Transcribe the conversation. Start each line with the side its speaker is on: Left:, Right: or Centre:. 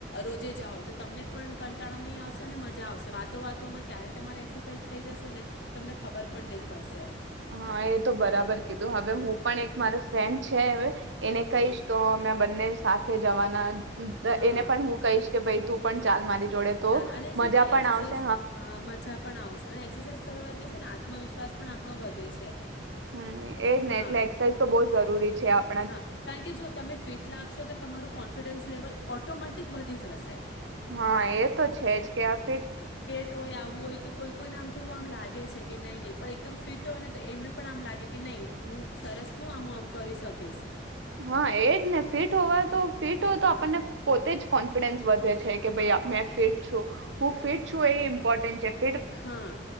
Left: રોજે જાઓ તો તમને પણ કંટાળો નઈ આવશે અને મજા આવશે વાતો વાતોમાં ક્યારે તમારી એક્સરસાઇઝ થઈ જશે ને તમને ખબર પણ નઈ પડશે.
Right: હા એ તો બરાબર કીધું
Left: હમ
Right: હવે હું પણ એક મારો ફ્રેન્ડ છે અવે એને
Left: હમ
Right: કઈશ તો અમે બંને સાથે જવાના
Left: હા
Right: એને પણ હું કહીશ કે ભાઈ તું પણ ચાલ મારી જોડે તો
Left: ચાલ અને છે
Right: મજા
Left: ને
Right: પણ
Left: એક્સરસાઇઝ
Right: આવશે
Left: હા મજા પણ આવશે અને એક્સરસાઇઝ કરવા તે છે ને આત્મવિશ્વાસ પણ આપણો વધે છે.
Right: હમ એજ ને
Left: હા
Right: એટલે એક્સરસાઇઝ તો બહુ જરૂરી છે આપ
Left: હા કારણ કે જો તમે ફિટ લાગશો તો તમારું કો કોન્ફિડન્સ લેવલ ઓટોમેટિક વધી જશે.
Right: હા એ તો છે જ કે આપે
Left: ટ હોય આવું હોય તો કોઈ કોઈને આમ થોડું આમ લાગે છે કે નહીં નહીં એકદમ ફિટ હોય ને તો એમને પણ આમ લાગે કે નહીં હું સરસ નું આમું આવું કરી શક ઓ કેસ
Right: હા એજ ને ફિટ હોવા તો ફિટ હોય તો આપણને પોતે જ કોન્ફિડન્સ વધે છે કે
Left: હા
Right: ભાઈ મેં ફેટ છું. હું ફિટ છું એ ઇમ્પર્ટન્ટ ચેપ્ટ
Left: હા